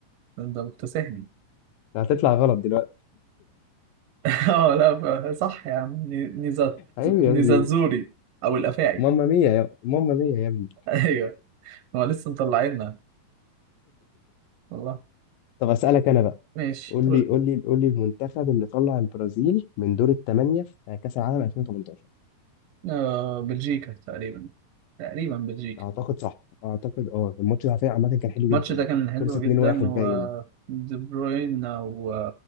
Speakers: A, on the right (about 85°); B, on the left (about 85°).
A: انت مكتسحني
B: هتطلع غلط دلوقتي
A: اه لا ب- صح يا عم نيزات
B: ايوه يا
A: نيزاتزوري
B: ابني
A: او الافاعي
B: ماما مية يا ماما مية يا ابني
A: <laughs> ايوه هو لسه مطلعيننا والله
B: طب اسالك انا بقى
A: ماشي
B: قول
A: قول
B: لي قول لي قول لي المنتخب اللي طلع البرازيل من دور الثمانيه في كاس العالم 2018
A: آه بلجيكا تقريبا تقريبا بلجيكا
B: اعتقد صح اعتقد اه الماتش ده على فكرة عامه كان حلو جدا
A: الماتش ده كان حلو
B: خلص 2-1
A: جدا و
B: باين
A: دي بروين و...